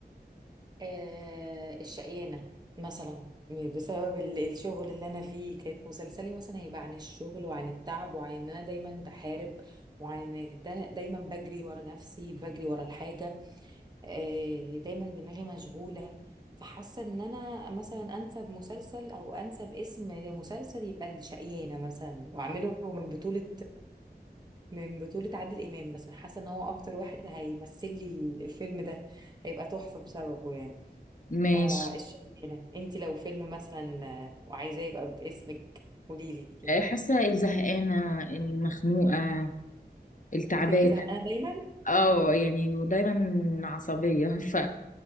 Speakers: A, on the right; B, on the left.
A: آه الشقيانة مثلا م- بسبب ال- الشغل اللي انا فيه كانت مسلسلي مثلا هيبقى عن الشغل وعن التعب وعن ان انا دايما بحارب وعن ان دا- دايما بجري ورا نفسي بجري ورا الحاجه آه، دايما دماغي مشغوله فحاسه ان انا مثلا انسب مسلسل او انسب اسم لمسلسل يبقى الشقيانه مثلا واعمله من بطوله من بطولة عادل إمام مثلا حاسة إن هو أكتر واحد هيمثل لي ال- الفيلم ده هيبقى تحفة بسببه يعني
B: ماشي
A: فالشغلانة أنت لو فيلم مثلا آه، وعايزاه يبقى باسمك قولي لي كده
B: آه، حاسه الزهقانه المخنوقه التعبانه
A: بتبقي زهقانة دايما
B: اه يعني ودايما عصبيه <laughs> ف